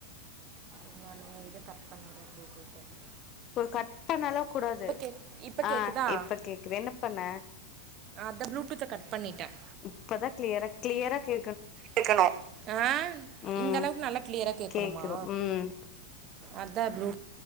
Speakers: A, on the right; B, on the left.
A: இன்னொன்னே இது கட் பண்ணிட்றேன் ப்ளூ டூத் அ
B: கட் பண்ணலா கூடாது
A: கேக் இப்ப
B: ஆஹ
A: கேக்குதா
B: இப்ப கேக்குது என்ன பண்ண
A: அத ப்ளூடூத்த கட்பண்ணிடேன்
B: இப்பதான் கிளியரா கிளியரா கே
A: கேட்கணும் ஆஹ
B: ம்
A: இந்த அளவுக்கு நல்ல கிளியரா கேட்கணுமா
B: கேக்குது ம்
A: அதான் ப்ளூ